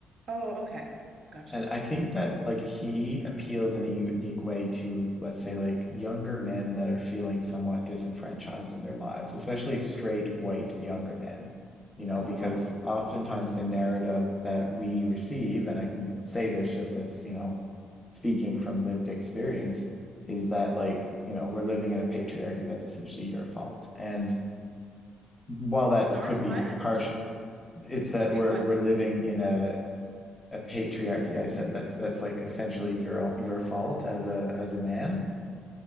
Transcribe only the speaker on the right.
Oh, okay. Gotcha.
Oh,
sorry,
what?
Wait,
what?